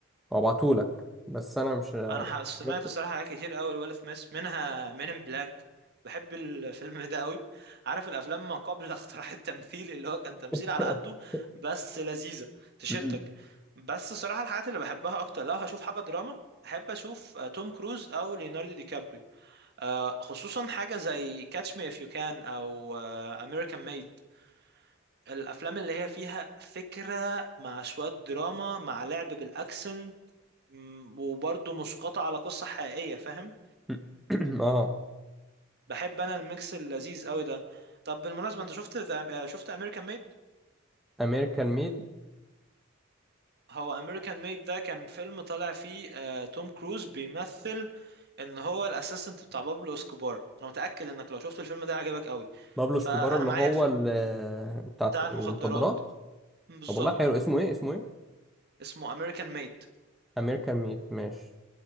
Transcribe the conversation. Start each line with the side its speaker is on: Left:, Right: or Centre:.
Centre: وابعته لك بس انا مش
Right: انا ح- سمعت
Centre: متذكر.
Right: الصراحه حاجات كتير قوي لويل سميث منها مين ان بلاك بحب الفيلم ده قوي عارف الافلام ما قبل <laughs> اختراع التمثيل اللي هو كان تمثيل
Centre: <laughs>
Right: على قده بس لذيذه تشدك
Centre: مم.
Right: بس الصراحه الحاجات اللي بحبها اكتر لو هشوف حاجه دراما احب اشوف آه، توم كروز او ليوناردو دي كابريو آه، خصوصا حاجه زي كاتش مي اف يو كان او امريكان ميد الافلام اللي هي فيها فكره مع شويه دراما مع لعب بالاكسنت مم، وبرضه مسقطة على قصة حقيقية فاهم
Centre: <coughs> اه
Right: بحب انا الميكس اللذيذ قوي ده طب بالمناسبة انت شفت ذا- آه، شفت امريكان ميد
Centre: امريكان ميد
Right: هو امريكان ميد ده كان فيلم طالع فيه آه، توم كروز بيمثل ان هو الاسيستنت بتاع بابلو اسكوبار انا متأكد انك لو شفت الفيلم ده هيعجبك قوي
Centre: بابلو
Right: فانا
Centre: سكوبار اللي
Right: معايا
Centre: هو
Right: الفيلم
Centre: ال- بتاع
Right: بتاع
Centre: المخدرات
Right: المخدرات مم، بالظبط
Centre: طب والله حلو اسمه ايه اسمه ايه
Right: اسمه امريكان ميد
Centre: امريكان ميد ماشي